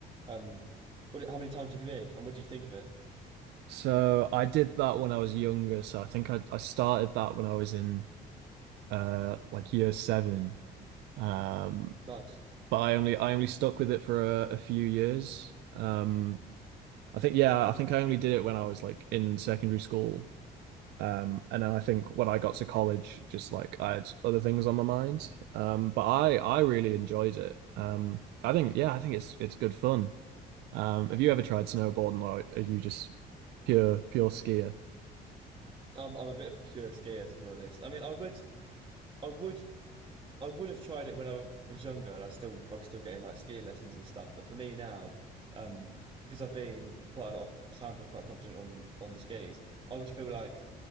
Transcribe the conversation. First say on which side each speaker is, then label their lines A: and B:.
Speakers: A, on the right; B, on the right.
A: Um, what? How many times have you been? And what do you think of it?
B: So I did that when I was younger. So I think I, I started that when I was in uh like year seven. Um,
A: Nice.
B: but I only I only stuck with it for a, a few years. Um, I think yeah, I think I only did it when I was like in secondary school. Um, and then I think when I got to college, just like I had other things on my mind. Um, but I I really enjoyed it. Um, I think yeah, I think it's it's good fun. Um, have you ever tried snowboarding or are you just pure pure skier?
A: Um, I'm a bit of a pure skier, to be honest. I mean, I would. I would I would have tried it when I was younger, and I was still I was still getting like skiing lessons and stuff. But for me now, um, because I've been quite a lot of times, I'm quite confident on on skis. I would feel like